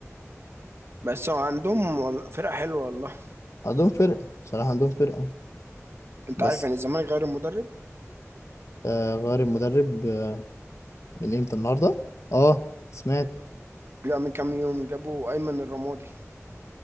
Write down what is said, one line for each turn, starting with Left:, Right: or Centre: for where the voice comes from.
Right: بس هو عندهم وال- فرقة حلوة والله
Left: عندهم فرقة صراحة عندهم فرقة
Right: انت
Left: بس
Right: عارف يعني الزمالك غير المدرب
Left: آه غير المدرب آه من امتى النهاردة اه سمعت
Right: لا من كام يوم جابوا ايمن الرمادي